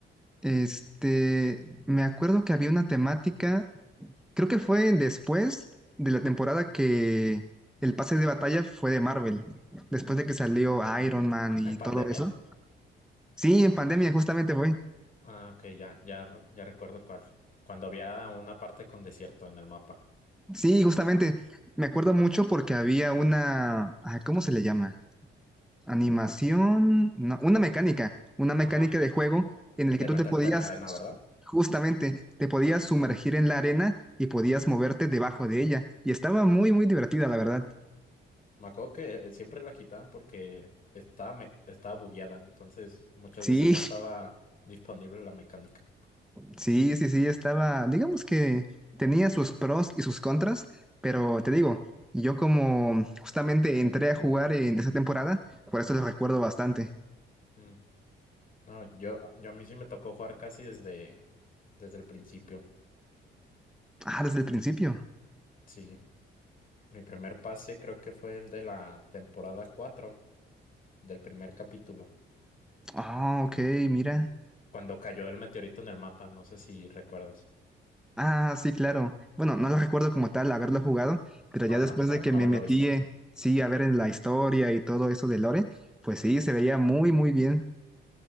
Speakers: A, in the centre; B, on the left.
A: Este, me acuerdo que había una temática Creo que fue después de la temporada que el pase de batalla fue de Marvel, después de que salió Iron Man y
B: ¿En pandemia?
A: todo eso. Sí, en pandemia justamente fue.
B: Ah, ok, ya, ya, re- ya recuerdo cuál. Cuando había una parte con desierto en el mapa.
A: Sí, justamente. Me acuerdo mucho porque había una, ah, ¿cómo se le llama? Animación, no, una mecánica, una mecánica
B: Ajá.
A: de juego en el que
B: de
A: tú
B: meterte
A: te podías,
B: en la arena, ¿verdad?
A: justamente, te podías sumergir en la arena y podías moverte debajo de ella. Y estaba muy, muy divertida, la verdad.
B: Me acuerdo que eh, siempre la quitaban porque estaba, me- estaba bugueada, entonces muchas
A: Sí,
B: veces no estaba disponible la mecánica.
A: Sí, sí, sí, estaba, digamos que tenía sus pros y sus contras, pero te digo, yo como justamente entré a jugar en esa temporada, por eso lo recuerdo bastante.
B: Mm. No, yo, a- yo a mí sí me tocó jugar casi desde, desde el principio.
A: Ah, desde el principio.
B: Sí, mi primer pase creo que fue el de la temporada 4 del primer capítulo,
A: Ah, ok, mira.
B: cuando cayó el meteorito en el mapa, no sé si recuerdas.
A: Ah, sí, claro. Bueno, no lo recuerdo como tal haberlo jugado, pero
B: Ajá,
A: ya después
B: pero
A: de que
B: haberlo
A: me metí,
B: visto, sí.
A: eh, sí, a ver en la historia y todo eso de Lore, pues sí, se veía muy, muy bien.